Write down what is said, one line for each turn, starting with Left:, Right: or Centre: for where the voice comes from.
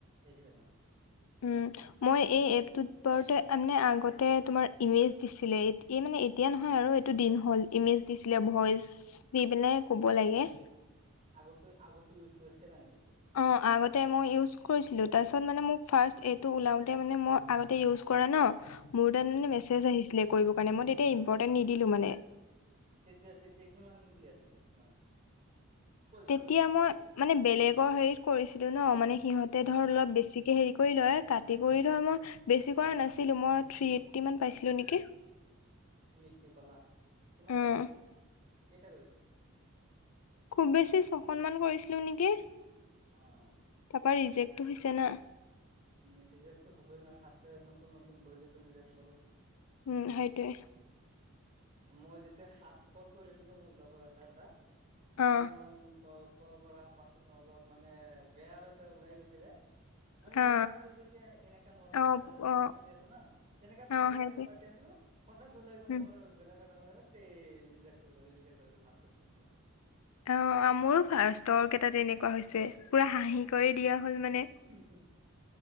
Right: হেৰী হয় মানে।
Left: উম। মই এই এপটোত বাৰুতে মানে আগতে তোমাৰ ইমেজ দিছিলে এতিয়া মানে এ এতিয়া নহয় আৰু এইটো দিন হ'ল। ইমেজ দিছিলে ভয়েচ দি পেলাই ক'ব লাগে।
Right: আগতো আগতো ইউজ কৰিছিলা নেকি এইটো?
Left: অঁ আগতে মই ইউজ কৰিছিলোঁ। তাৰপিছত মানে মোক ফাৰ্ষ্ট এইটো ওলাওঁতে মানে মই আগতে ইউজ কৰা ন। মোৰ তাত মানে
Right: উম
Left: মেছেজ আহিছিলে কৰিব কাৰণে মই তেতিয়া ইম্পৰ্টেন্ট নিদিলো মানে
Right: তেতিয়া তেতিয়া কিমান দি আছিলে কিমান? পইচা
Left: তেতিয়া
Right: চইচা কিমান
Left: মই
Right: দি আছিলে
Left: মানে বেলেগৰ হেৰীত কৰিছিলোঁ ন মানে সিহঁতে
Right: অ
Left: ধৰ
Right: অ
Left: অলপ বেছিকে হেৰী কৰি লয়। কাতি কৰি ধৰ মই বেছি কৰা নাছিলোঁ মই থ্ৰি এইট্টি মান পাইছিলো নেকি?
Right: থ্ৰি এইট্টি পালা। কিমানটা
Left: উম
Right: কৰিছিলা কেইটা কৰিছিলা?
Left: খুব বেছি ছখন মান কৰিছিলোঁ নেকি?
Right: অঁ।
Left: তাপা ৰিজেক্টটো হৈছে না।
Right: উম ৰিজেক্টটো হ'বই না ফাৰ্ষ্টে নতুন নতুন কৰিলেটো ৰিজেক্ট হ'বই।
Left: উম সেইটোৱে।
Right: মই যেতিয়া ফাৰ্ষ্ট কল কৰিছিলোঁ মোৰ লগৰ এটা তাত।
Left: অ
Right: ক কল কৰাৰ পাছত অলপ মানে বেয়া আৰু এটা ওলাই গৈছিলে। মানে
Left: অ
Right: লগৰটোৱে যেতিয়া এ এনেকা নৰ্মেল
Left: অ
Right: কথা যেনেকে
Left: অ
Right: পাতি আছোঁ না তেনেকে পাতি
Left: অ সেইটোৱে
Right: আছিলোঁ পাতি আছিলোঁ। পতককে ওলাই গ'ল
Left: উম
Right: মুখৰ বেলেগ কথা সেইট তেই ৰিজেক্ট হৈ গ'ল ৰিজেক্ট হৈ গ'ল
Left: অঁ মোৰো ফাৰ্ষ্টৰ কেইটা তেনেকুৱা হৈছে পুৰা হাঁহি কৰি দিয়া হ'ল মানে।
Right: হোম হোম,